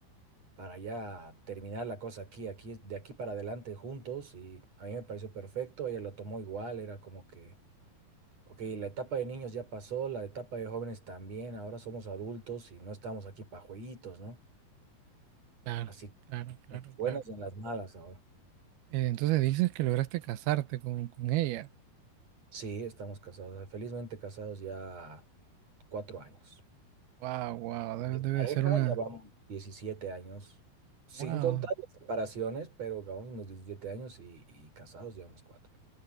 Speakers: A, on the right; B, on the right.
A: para ya terminar la cosa aquí, aquí, de aquí para adelante juntos. Y a mí me pareció perfecto, ella lo tomó igual, era como que Ok, la etapa de niños ya pasó, la etapa de jóvenes también, ahora somos adultos y no estamos aquí para jueguitos, ¿no?
B: Claro,
A: Así,
B: claro, claro,
A: en las buenas
B: claro.
A: y en las malas ahora.
B: Eh, entonces dices que lograste casarte con, con ella.
A: Sí, estamos casados, felizmente casados ya cuatro años.
B: Wow, wow, debe,
A: De
B: debe
A: pareja
B: ser una...
A: ya vamos 17 años, sin
B: Wow.
A: contar las separaciones, pero vamos unos 17 años y, y casados llevamos cuatro.